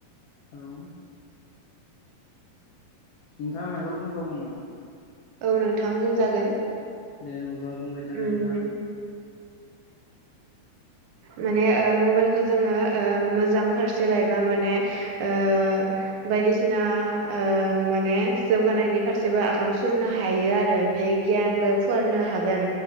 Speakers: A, on the left (about 85°); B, on the right (about 80°).
A: औ' नोंथांङा मायबा बुंबावगोन नामा
B: औ नोंथां बुंजागोन
A: दे अब्ला बुंबाय था नोंथांङा
B: उम माने ओ मबाइलखौ जोंङो मोजां फारसे लायोबा माने ओ बायदिसिना ओ माने जौगानायनि फारसेबो आगान सुरनो हायो आरो ओमफाय गियानबो फुवारनो हागोन